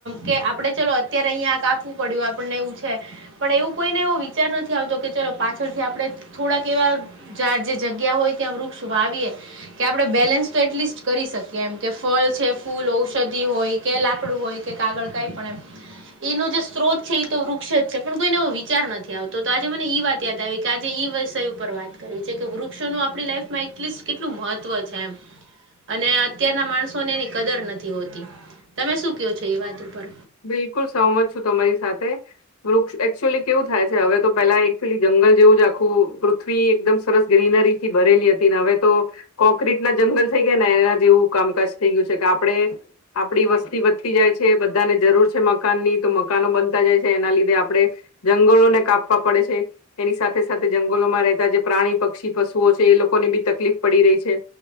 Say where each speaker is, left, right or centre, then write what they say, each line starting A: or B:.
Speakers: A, on the right (about 55°); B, on the left (about 70°).
A: કે આપડે ચાલો અત્યારે અહીંયા આ કાપવું પડ્યું આપણને એવું છે, પણ એવું કોઈને એવો વિચાર નથી આવતો કે ચલો પાછળથી આપ આપણે થોડાક એવા જે જગ્યા હોય ત્યાં વૃક્ષ વાવીએ કે આપણે બેલેન્સ તો એટલીસ્ટ કરી શકીએ એમ કે ફળ છે ફૂલ ઔષધિ હોય. કે લાકડું હોય કે કાગળ કઈ પણ એ એનો જે સ્ત્રોત છે એ તો વૃક્ષ જ છે પણ કોઈને વિચાર નથી આવતો તો આજે મને ઈ વાત યાદ આવી કે આજે એ વિષય ઉપર વાત કરવી છે, કે વૃક્ષોનું આપણી લાઈફમાં એટલીસ્ટ કેટલું મહત્ત્વ છે. એમ અને અત્યારના માણસોને એની કદર નથી હોતી, તમે શું કો છો એ વાત ઉપર
B: બિલકુલ સંમત છું તમારી સાથે વૃક્ષ એકચુઅલી કેવું થાય છે હવે તો પેલા એક્ચ્યુલી જંગલ જેવું જ આખું પૃથ વી એકદમ સરસ ગ્રીનરી થી ભરેલી હતી ને હવે તો કોંક્ર્રીટ ના જંગલ થઈ ગયા ને એના જે એવું કામકાજ થઇ ગયું છે કે આપડે આપડી વસ્તી વધતી જાય છે બધાને જરૂર છે મકાનની તો મકાનો બનતા જાય છે એના લીધે આપડણે જંગલોને કાપવા પડે છે એની સાથે સાથે જંગલોમાં રહેતા જે પ્રાણી પક્ષી પશુઓ છે એ લોકોને બી તકલીફ પડી રહી છે